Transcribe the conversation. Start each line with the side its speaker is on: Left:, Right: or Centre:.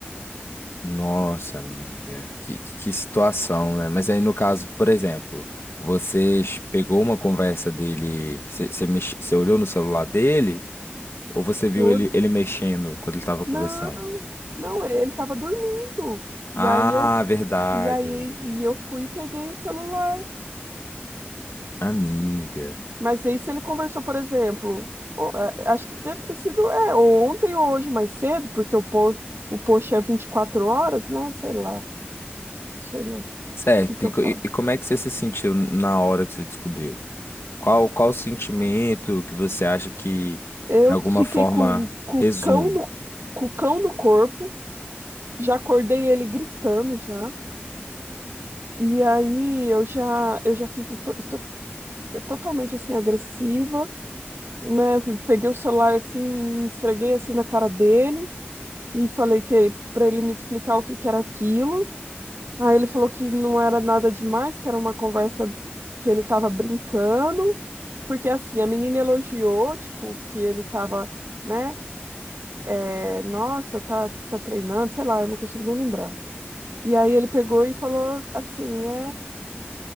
Left: Nossa, amiga, que, que que situação, né? Mas aí, no caso, por exemplo, você pegou uma conversa dele, você você mex- você olhou no celular dele ou você viu
Right: Eu olhei,
Left: ele, ele mexendo quando ele estava conversando?
Right: não, não, ele tava dormindo.
Left: Ah,
Right: E aí eu
Left: verdade,
Right: e aí e eu fui e peguei o celular.
Left: amiga.
Right: Mas aí se ele conversou, por exemplo, o- a- acho que deve ter sido, é, ou ontem ou hoje mais cedo, porque o post, o post é 24 horas, né? Sei lá, sei lá, o
Left: Certo,
Right: que que
Left: e,
Right: eu falo?
Left: co- e- e como é que você se sentiu na hora que você descobriu? Qual, qual o sentimento que você acha que,
Right: Eu
Left: de alguma
Right: fiquei
Left: forma,
Right: com, com
Left: resume?
Right: o cão no, com o cão no corpo, Já acordei ele gritando já. E aí eu já eu já fico to- estou totalmente assim agressiva, né? Peguei o celular assim, esfreguei assim na cara dele e falei que ele, para ele me explicar o que que era aquilo. Aí ele falou que não era nada demais, que era uma conversa que ele estava brincando, porque assim, a menina elogiou, tipo, que ele estava, né? é, nossa, tá, tá treinando, sei lá, eu não consigo nem lembrar. E aí ele pegou e falou assim, é,